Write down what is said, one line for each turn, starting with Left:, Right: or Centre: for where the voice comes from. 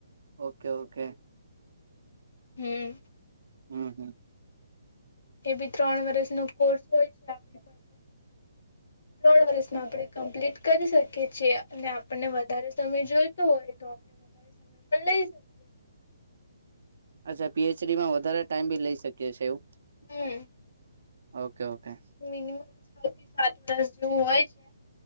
Right: Okay okay.
Left: હમ.
Right: હમ હમ.
Left: એ બી ત્રણ વર્ષ ન કોર્સ હોય છે આપણી પાસે ત્રણ વર્ષમાં આપણે કમ્પ્લીટ કરી શકીએ છીએ અને આપણને વધારે સમય જોઈતો હોય તો <unintelligible>
Right: અચ્છા પીએચડીમાં વધારે ટાઈમ બી લઈ શકીએ છી એવું?
Left: હમ.
Right: Okay okay.
Left: મિનિમમ છ થી સાત વર્ષ જેવું હોય છે.